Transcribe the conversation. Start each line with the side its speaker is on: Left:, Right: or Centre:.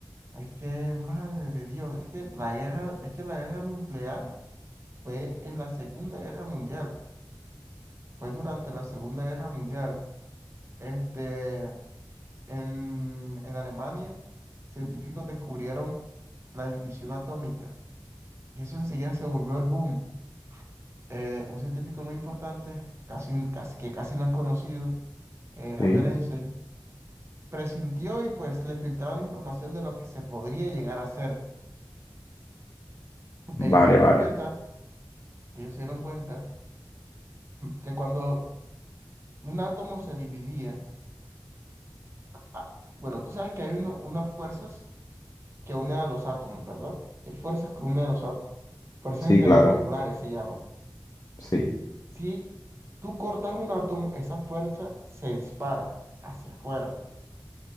Right: Es que, madre de Dios, es que la guerra, es que la guerra nuclear fue en la Segunda Guerra Mundial, fue durante la Segunda Guerra Mundial. Este, en, en Alemania, científicos descubrieron la división atómica y eso enseguida se volvió el boom. Eh, un científico muy importante, casi, casi, que casi no es conocido, eh, Albert
Left: Sí,
Right: Einstein, presintió y pues le filtraron información de lo que se podría llegar a hacer.
Left: vale,
Right: Ellos se dieron
Left: vale,
Right: cuenta, ellos se dieron cuenta que cuando un átomo se dividía, ah, bueno, tú sabes que hay uno- unas fuerzas que une a los átomos, ¿verdad? Hay fuerzas que unen a los átomos, fuerzas
Left: sí,
Right: intermoleculares
Left: claro,
Right: se llaman.
Left: sí.
Right: Si tú cortas un átomo, esa fuerza se dispara hacia afuera